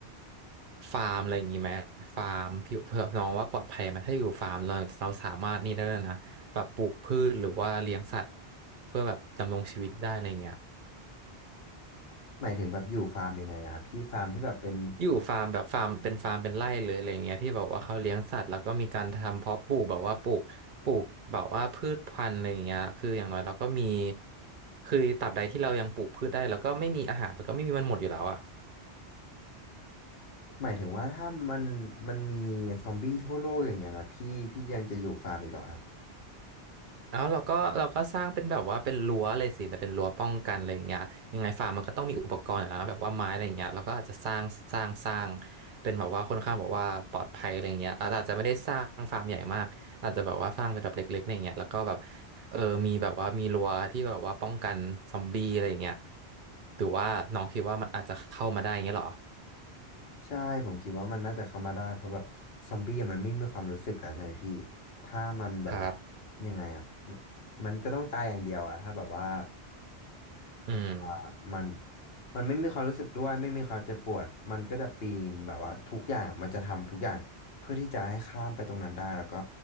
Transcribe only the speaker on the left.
หมายถึงแบบอยู่ฟาร์มยังไงนะครับพี่ฟาร์มที่แบบเป็น
หมายถึงว่าถ้ามันมันมีซอมบี้ทั่วโลกอย่างเงี้ยนะพี่พี่ยังจะอยู่ฟาร์มอีกเหรอครับ
ใช่ผมคิดว่ามันน่าจะเข้ามาได้เพราะแบบซอมบี้อะมันไม่มีความรู้สึกอะใช่ไหมพี่ถ้ามันแบบว่า
ยังไงอะมันมันก็ต้องตายอย่างเดียวอะถ้าแบบว่า
แบบมันมันไม่มีความรู้สึกด้วยไม่มีความเจ็บปวดมันก็จะปีนแบบว่าทุกอย่างมันจะทำทุกอย่างเพื่อที่จะให้ข้ามไปตรงนั้นได้แล้วก็